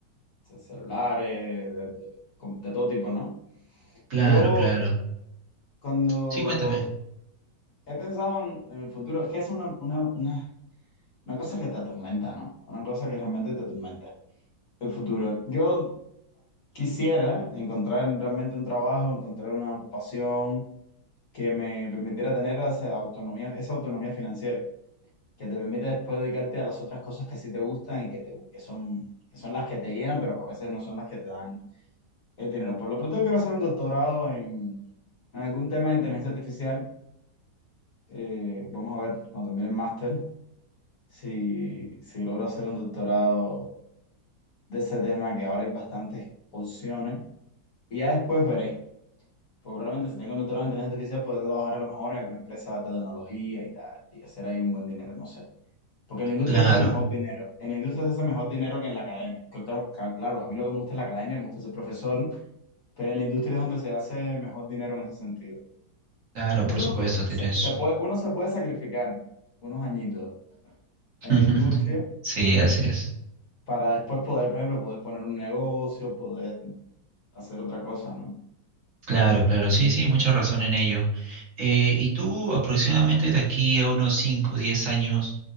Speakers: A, on the left; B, on the right.
A: ce- celulares, de, de- com- de todo tipo, ¿no?
B: Claro,
A: Yo
B: claro.
A: cuando
B: Sí, cuéntame.
A: he pensado en, en el futuro, que es una, una, una, una cosa que te atormenta, ¿no? Una cosa que realmente te atormenta, el futuro. Yo quisiera encontrar realmente un trabajo, encontrar una ocupación que me permitiera tener esa autonomía, esa autonomía financiera que te permite después dedicarte a las otras cosas que sí te gustan y que, te, que, son, que son las que te llenan, pero que a veces no son las que te dan el dinero. Por lo pronto, yo quiero hacer un doctorado en, en algún tema de inteligencia artificial. Eh, vamos a ver cuando termine el máster si, si logro hacer un doctorado de ese tema, que ahora hay bastantes opciones. Y ya después veré. Pues Probablemente si tengo un doctorado en inteligencia artificial, podré trabajar a lo mejor en alguna empresa de tecnología y tal, y hacer ahí un buen dinero, no sé. Porque en la industria
B: Claro,
A: se hace mejor dinero. En la industria se hace mejor dinero que en la academia. Que ca- ca- Claro, a mí lo que me gusta es la academia, me gusta ser profesor, pero en la industria es donde se hace mejor dinero en ese sentido.
B: claro,
A: Entonces
B: por
A: uno
B: supuesto, tienes.
A: se, se- se puede, uno se puede sacrificar unos añitos en
B: <laughs>
A: la industria
B: Sí, así es.
A: para después poder, por ejemplo, poder poner un negocio, poder hacer otra cosa, ¿no?
B: Claro, claro, sí, sí, mucha razón en ello. Eh, y tú, aproximadamente de aquí a unos 5, 10 años,